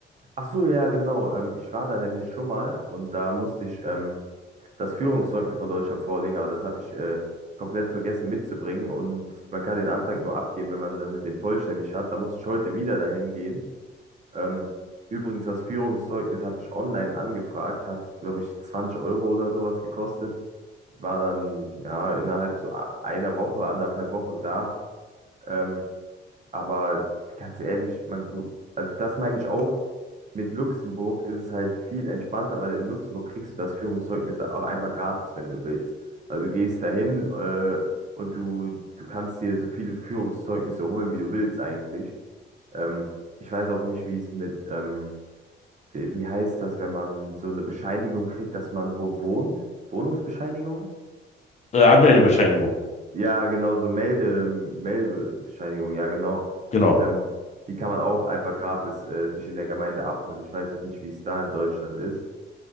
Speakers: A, on the right (about 35°); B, on the left (about 35°).
A: Ach so, ja, genau. Ähm, ich war da nämlich schon mal und da musste ich ähm, das Führungszeugnis von Deutschland vorlegen, aber das hatte ich äh, komplett vergessen mitzubringen und man kann den Antrag nur abgeben, wenn man das in dem vollständig hat. Da muss ich heute wieder dahin gehen. Ähm, übrigens, das Führungszeugnis hatte ich online angefragt, hat, glaube ich, 20 Euro oder sowas gekostet. War dann ja innerhalb so a- einer Woche, anderthalb Wochen da. Ähm, aber ganz ehrlich, man, be- also das meine ich auch mit Luxemburg ist es halt viel entspannter, weil in Luxemburg kriegst du das Führungszeugnis auch einfach gratis, wenn du willst. Also du gehst dahin äh, und du, du kannst dir so viele Führungszeugnisse holen, wie du willst eigentlich. Ähm, ich weiß auch nicht, wie es mit, ähm, wie, wie heißt das, wenn man so eine Bescheinigung kriegt, dass man wo wohnt? Wohnungsbescheinigung?
B: Äh, Anmeldebescheinigung,
A: Ja, genau, so Melde, Meldebescheinigung, ja, genau.
B: genau.
A: Ähm, die kann man auch einfach gratis äh, sich in der Gemeinde abholen. Ich weiß jetzt nicht, wie es da in Deutschland ist.